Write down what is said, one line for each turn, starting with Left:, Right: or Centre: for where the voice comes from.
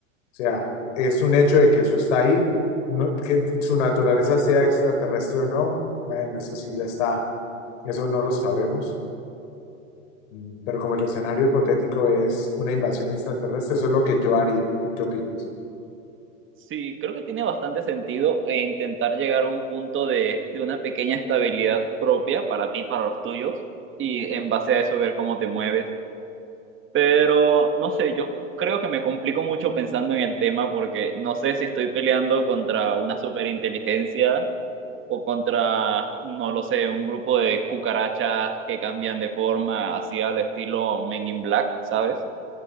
Left: O sea, es un hecho de que eso está ahí, no- que su naturaleza sea extraterrestre o no, bueno, eso sí ya está, eso no lo sabemos. Mm, Pero como el escenario hipotético es una invasión extraterrestre, eso es lo que yo haría. ¿Qué opinas?
Right: sí, creo que tiene bastante sentido eh, intentar llegar a un punto de, de una pequeña estabilidad propia para ti, para los tuyos, y en base a eso ver cómo te mueves. Pero no sé, yo creo que me complico mucho pensando en el tema porque no sé si estoy peleando contra una superinteligencia o contra, no lo sé, un grupo de cucarachas que cambian de forma así al estilo Men in Black, ¿sabes?